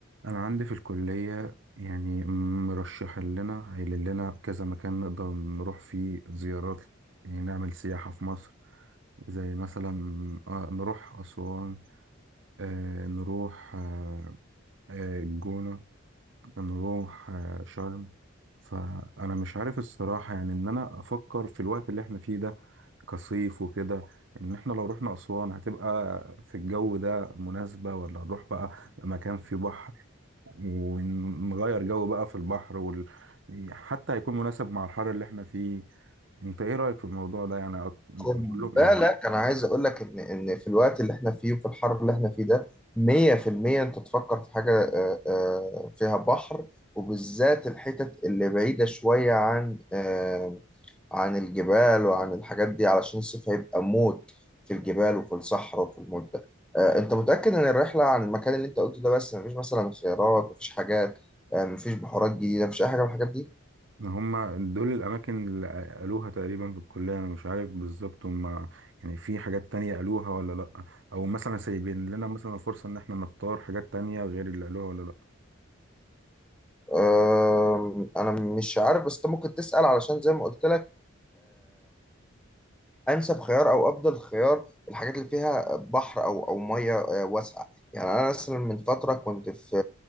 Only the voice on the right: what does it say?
انا عندي في الكليه يعني مرشح لنا قايل لنا كذا مكان نقدر نروح فيه زيارات يعني نعمل سياحه في مصر زي مثلا آه، نروح اسوان آه، نروح آه، آه، الجونه نروح آه، شرم فانا مش عارف الصراحه يعني ان انا افكر في الوقت اللي احنا فيه ده كصيف وكده ان احنا لو رحنا اسوان هتبقى في الجو ده مناسبه ولا نروح بقى مكان فيه بحر ونغير جو بقى في البحر وال... حتى هيكون مناسب مع الحر اللي احنا فيه انت ايه رأيك في الموضوع ده يعني أك- اقول
لهم
ايه
ان هما دول الاماكن اللي قالوها تقريبا في الكلية انا مش عارف بالظبط هما يعني في حاجات تانية قالوها ولا لا او مثلا سايبين لنا مثلا فرصة ان احنا نختار حاجات تانية غير اللي قالوها ولا لا